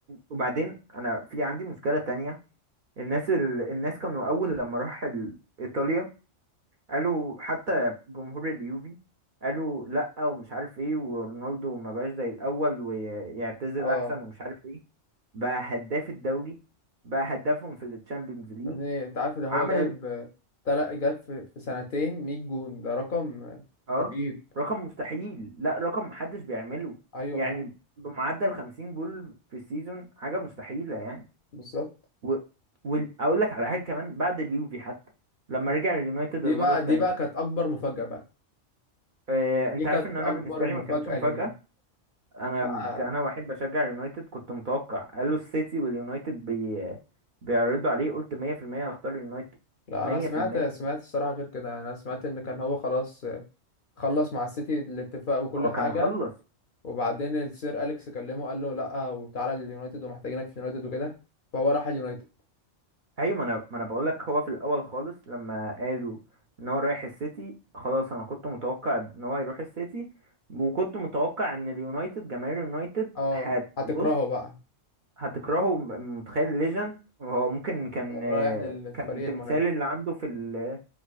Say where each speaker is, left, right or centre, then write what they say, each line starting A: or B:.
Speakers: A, on the right; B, on the left.
A: وبعدين انا في عندي مشكلة تانية الناس ال... الناس كانوا اول لما راح ال- ايطاليا قالوا حتى جمهور اليوفي قالوا لا ومش عارف ايه ورونالدو ما بقاش زي الاول ويعتزل
B: اه
A: احسن ومش عارف ايه بقى هداف الدوري بقى هدافهم في التشامبيونز ليج
B: يعني انت عارف ده
A: عمل
B: هو جايب تلات جاب في في سنتين 100 جون ده رقم آه،
A: اه
B: رهيب
A: رقم مستحيل لا رقم محدش بيعمله
B: ايوه
A: يعني
B: فعلا
A: بمعدل 50 جول في السيزون حاجة مستحيلة يعني
B: بالظبط
A: و... واقول لك على حاجه كمان بعد اليوفي حتى لما رجع اليونايتد
B: دي
A: المره
B: بقى
A: التانية
B: دي بقى كانت اكبر مفاجأة بقى
A: آه، انت
B: دي كانت
A: عارف ان انا
B: اكبر
A: بالنسبه لي
B: مفاجأة
A: ما كانتش مفاجاه
B: ليا
A: انا
B: لا
A: انا واحد بشجع اليونايتد كنت متوقع قالوا السيتي واليونايتد بي... بيعرضوا عليه قلت 100% هختار اليونايتد
B: لا
A: 100%
B: انا سمعت سمعت الصراحة غير كده انا سمعت ان كان هو خلاص آه، خلص مع السيتي الاتفاق وكل
A: هو
B: حاجة
A: كان خلص
B: وبعدين السير اليكس كلمه قال له لا وتعالى اليونايتد ومحتاجينك في اليونايتد وكده فهو راح اليونايتد
A: ايوه ما انا ما انا بقول لك هو في الاول خالص لما قالوا ان هو رايح السيتي خلاص انا كنت متوقع ان هو يروح السيتي وكنت متوقع ان اليونايتد جماهير اليونايتد
B: اه
A: هتبص
B: هتكرهه بقى
A: هتكرهه م- متخيل ليجن هو ممكن كان
B: بقى رايح
A: آه،
B: للفريق
A: كان التمثال
B: المنافس
A: اللي عنده في ال...